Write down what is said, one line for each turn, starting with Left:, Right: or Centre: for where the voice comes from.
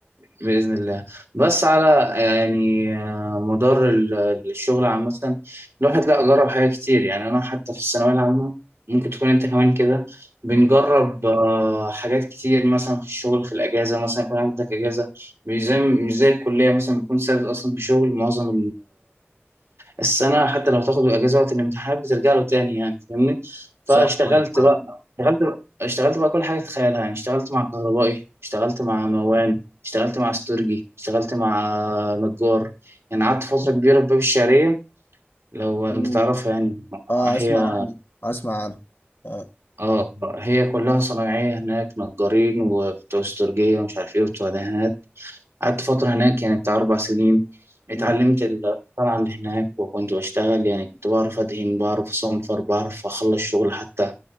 Right: بإذن الله بس على يعني آه، مدار ال- الشغل عامة الواحد لا جرب حاجات كتير يعني أنا حتى في الثانوية العامة ممكن تكون أنت كمان كده بنجرب
Left: مم.
Right: آه، حاجات كتير مثلا في الشغل في الأجازة مثلا يكون عندك أجازة مش زي مش زي الكلية مثلا بيكون ثابت أصلا بشغل معظم السنة حتى لو تاخد الأجازة وقت الامتحان بترجع له تاني يعني فاهمني
Left: صح
Right: فاشتغلت
Left: عندك حق
Right: بقى اشتغلت بقى اشتغلت بقى كل حاجة تتخيلها يعني اشتغلت مع كهربائي اشتغلت مع موان اشتغلت مع استورجي اشتغلت مع نجار يعني قعدت فترة كبيرة في باب الشعرية لو انت
Left: مم.
Right: تعرفها يعني
Left: اه
Right: هي
Left: اسمع عنه اسمع عنه آه.
Right: اه هي كلها صنايعية هناك نجارين وبتوع استورجية ومش عارف ايه وبتوع دهانات قعدت فترة هناك يعني بتاع أربع سنين اتعلمت
Left: مم.
Right: الصنعة اللي هناك وكنت بشتغل يعني كنت بعرف أدهن بعرف أصنفر بعرف أخلص شغل حتى